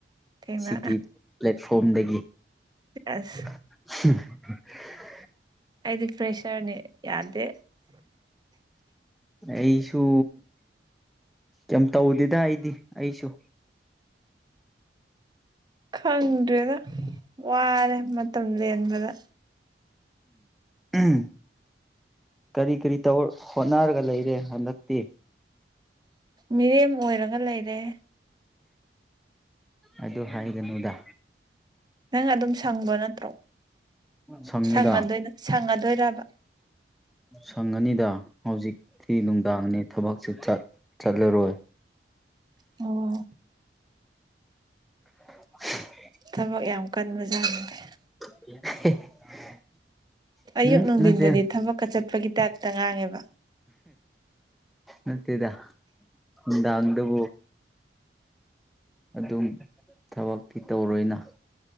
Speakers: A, on the right; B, in the centre.
A: ꯊꯦꯡꯅ
B: ꯁꯤꯒꯤ ꯄ꯭ꯂꯦꯠꯐꯣꯝꯗꯒꯤ
A: ꯑꯁ
B: ꯎ <unintelligible>
A: ꯑꯩꯗꯤ ꯄ꯭ꯔꯦꯁꯔꯅꯤ ꯌꯥꯗꯦ
B: ꯑꯩꯁꯨ ꯀꯩꯝ ꯇꯧꯗꯦꯗ ꯑꯩꯗꯤ ꯑꯩꯁꯨ
A: ꯈꯪꯗ꯭ꯔꯦꯗ ꯋꯥꯔꯦ ꯃꯇꯝ ꯂꯦꯟꯕꯗ
B: ꯎꯝ ꯀꯔꯤ ꯀꯔꯤ ꯇꯧꯔ ꯍꯣꯠꯅꯔꯒ ꯂꯩꯔꯦ ꯍꯟꯗꯛꯇꯤ
A: ꯃꯤꯔꯦꯝ ꯑꯣꯏꯔꯒ ꯂꯩꯔꯦ
B: ꯑꯗꯨ ꯍꯥꯏꯒꯅꯨꯗ
A: ꯅꯪ ꯑꯗꯨꯝ ꯁꯪꯕꯣ ꯅꯠꯇ꯭ꯔꯣ
B: ꯁꯪꯉꯤꯗ
A: ꯁꯪꯉꯗꯣꯏ ꯁꯪꯉꯗꫭꯏꯔꯕ
B: ꯁꯪꯉꯅꯤꯗ ꯍꯧꯖꯤꯛꯇꯤ ꯅꯨꯡꯗꯥꯡꯅꯤ ꯊꯕꯛꯁꯨ ꯆꯠ ꯆꯠꯂꯔꯣꯏ
A: ꯎꯝ
B: <unintelligible>
A: ꯊꯕꯛ ꯌꯥꯝ ꯀꯟꯕꯖꯠꯅꯤꯅꯦ
B: <unintelligible>
A: ꯑꯌꯨꯛ
B: ꯎꯝ
A: ꯅꯨꯡꯊꯤꯟꯗꯗꯤ
B: ꯅꯠꯇꯦ
A: ꯊꯕꯛꯀ ꯆꯠꯄꯒꯤ ꯇꯥꯏꯞꯇ ꯉꯥꯡꯉꯦꯕ
B: ꯅꯠꯇꯦꯗ ꯅꯨꯡꯗꯥꯕꯨ ꯑꯗꯨꯝ ꯊꯕꯛꯇꯤ ꯇꯧꯔꯣꯏꯅ